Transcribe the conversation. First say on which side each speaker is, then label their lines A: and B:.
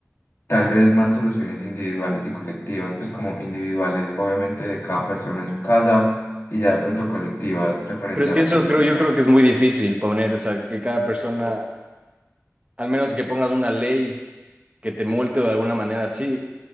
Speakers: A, on the left (about 50°); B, on the right (about 25°).
A: tal vez más soluciones individuales y colectivas, pues como individuales, obviamente de cada persona en su casa y ya de pronto colectivas referente
B: Pero es
A: a
B: que
A: la
B: eso
A: política.
B: creo, yo creo que es muy difícil poner, o sea, que cada persona Al menos que pongas una ley que te multe o de alguna manera así,